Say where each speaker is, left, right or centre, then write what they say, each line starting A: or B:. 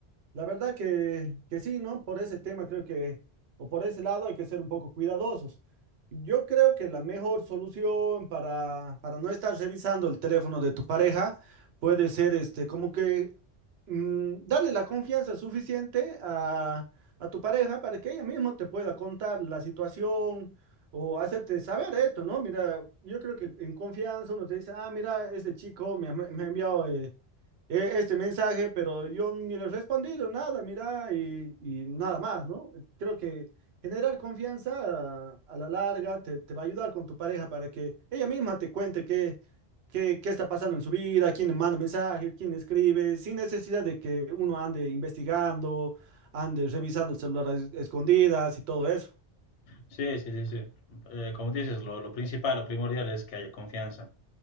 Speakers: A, on the right; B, on the left.
A: La verdad que, que sí, ¿no? Por ese tema creo que, o por ese lado hay que ser un poco cuidadosos. Yo creo que la mejor solución para, para no estar revisando el teléfono de tu pareja puede ser este, como que mm, darle la confianza suficiente a, a tu pareja para que ella misma te pueda contar la situación o hacerte saber esto, ¿no? Mira, yo creo que en confianza uno te dice, ah, mira, este chico me, ha me ha enviado... eh, eh, este mensaje, pero yo ni le he respondido nada, mira, y, y nada más, ¿no? Creo que generar confianza a, a la larga te, te va a ayudar con tu pareja para que ella misma te cuente qué, qué, qué está pasando en su vida, quién le manda mensajes, quién le escribe, sin necesidad de que uno ande investigando, ande revisando el celular a es- escondidas y todo eso.
B: Sí, sí, sí, sí. Eh, como dices, lo, lo principal, lo primordial es que haya confianza.